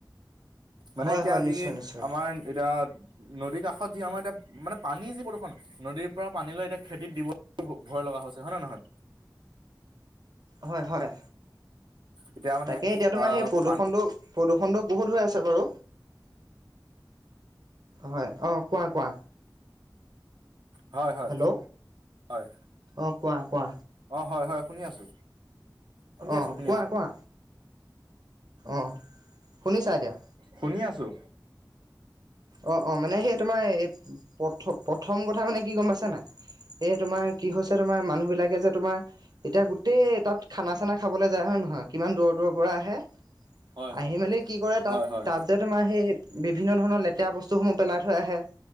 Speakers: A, on the right; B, on the right.
A: মানে
B: হয়
A: এতিয়া
B: হয়
A: যি
B: নিশ্চয় নিশ্চয়
A: আমাৰ এতিয়া নদীৰ কাষত যি আমাৰ এতিয়া মানে পানী যি প্ৰদূষ্ষণ নদীৰ পৰা পানী লৈ এতিয়া খেতিত দিব ভয় লগা হৈছে হয় নহয়?
B: হয় হয়।
A: এতিয়া মানে
B: তাকে এতিয়া তোমাৰ
A: আহ
B: সেই প্ৰদূষণটো
A: পানী
B: প্ৰদূ্ষণটো বহুত হৈ আছে বাৰু। হয় অ কোৱা কোৱা
A: হয় হয়
B: হেল্ল'
A: হয়।
B: অ' কোৱা কোৱা?
A: অ হয় হয় শুনি আছো। শুনি
B: অঁ
A: আছো শুনি
B: কোৱা
A: আছো
B: কোৱা? অঁ শুনিছা এতিয়া?
A: শুনি আছো।
B: অ অ মানে সেই তোমাৰ এই প্ৰথ প্ৰথম কথা মানে কি গম পাইছা নাই? এ তোমাৰ কি হৈছে তোমাৰ মানুহ বিলাকে যে তোমাৰ এতিয়া গোটেই তাত খানা চানা খাবলৈ যায় হয় নে নয় নহয়? কিমান দূৰ দূৰৰ পৰা আহে
A: হয়
B: আহি
A: হয়
B: মেলি কি কৰে তাত
A: হয় হয়
B: তাত যে তোমাৰ সেই বিভিন্ন ধৰণৰ লেত এতিয়া বস্তুসমূহ পেলাই থৈ আহে